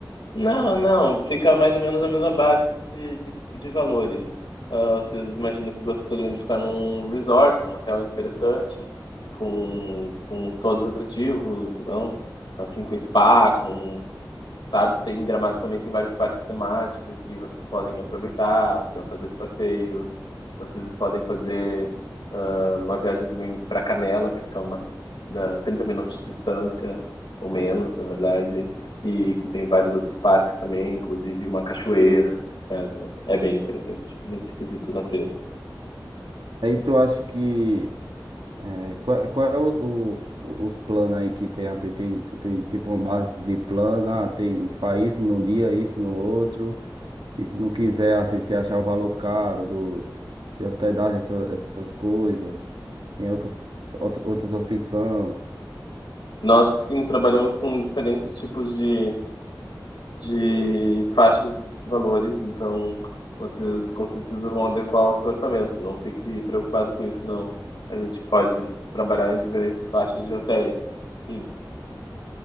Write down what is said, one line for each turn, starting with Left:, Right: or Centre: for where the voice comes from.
Left: Não, não, fica mais ou menos a mesma base de, de, de valores. Ah, vocês imaginam que gostariam de ficar num resort, num hotel interessante, com, com todos os atrativos, não? Assim, com spa, com sabe? Tem em Gramado também tem vários parques temáticos que vocês podem aproveitar para fazer passeios. Vocês podem fazer ah, uma viagem também para Canela, que fica umas ah, 30 minutos de distância, ou menos, na verdade, e que tem vários outros parques também, inclusive uma cachoeira, etc. É bem interessante nesse quesito natureza.
Right: Aí tu acha que é, qual, qual é o, o- os planos aí que tem assim? Tem, tu tem tipo uma base de plano, ah, tem faz isso num dia, isso no outro. E se não quiser, assim, se achar o valor caro do de hospedagem, essa- essas coisas. Tem outras, outra- outras opções.
Left: Nós, sim, trabalhamos com diferentes tipos de de faixas de valores, então vocês com certeza vão adequar o seu orçamento. Não fique preocupado com isso, não. A gente pode trabalhar em diferentes faixas de hotéis. Sim,